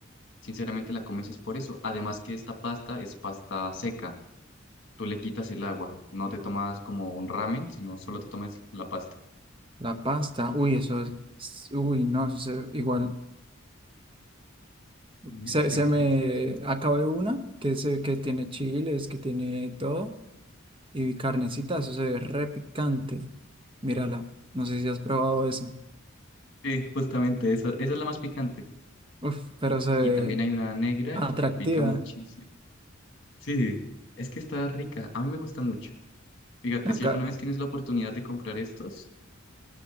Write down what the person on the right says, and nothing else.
La pasta, uy, eso es, uy, no, eso se- igual,
se, se me acabé una que, se, que tiene chiles, que tiene todo, y carnecita, eso se ve re picante, mírala, no sé si has probado eso,
Uf, pero se ve
atractiva,
acá,